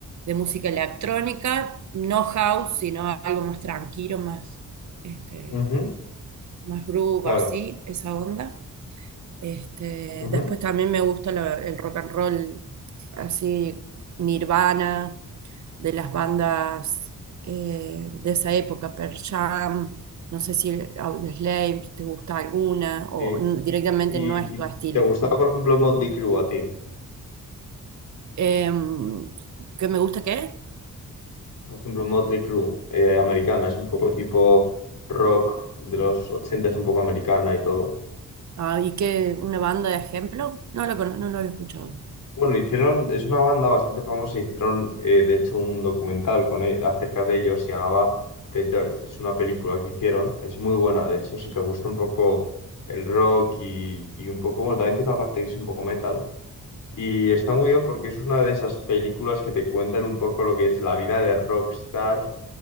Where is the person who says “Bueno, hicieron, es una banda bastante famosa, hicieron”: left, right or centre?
Left